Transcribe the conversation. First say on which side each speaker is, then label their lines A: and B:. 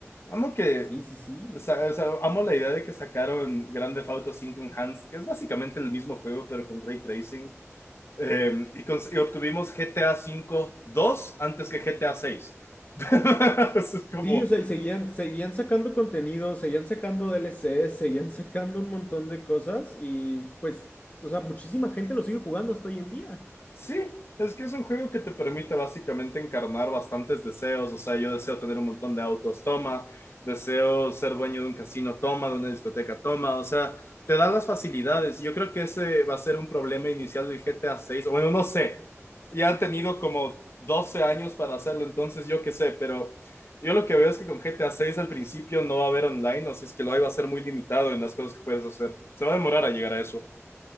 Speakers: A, on the left; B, on the left.
A: Amo que
B: Sí, sí, sí.
A: o o sea, amo la idea de que sacaron Grand Theft Auto 5 Enhanced, que es básicamente el mismo juego, pero con ray tracing. Eh, y, cons- y obtuvimos GTA 5 2 antes que GTA 6. <laughs> es como,
B: Sí, o sea, y seguían, seguían sacando contenido, seguían sacando DLCs, seguían sacando un montón de cosas y pues, o sea, muchísima gente lo sigue jugando hasta hoy en día.
A: Sí, es que es un juego que te permite básicamente encarnar bastantes deseos. O sea, yo deseo tener un montón de autos, toma. Deseo ser dueño de un casino, toma, de una discoteca, toma. O sea, te da las facilidades. Yo creo que ese va a ser un problema inicial del GTA 6. Bueno, no sé. Ya ha tenido como 12 años para hacerlo, entonces yo qué sé, pero yo lo que veo es que con GTA 6 al principio no va a haber online, o si es que lo hay, va a ser muy limitado en las cosas que puedes hacer. Se va a demorar a llegar a eso.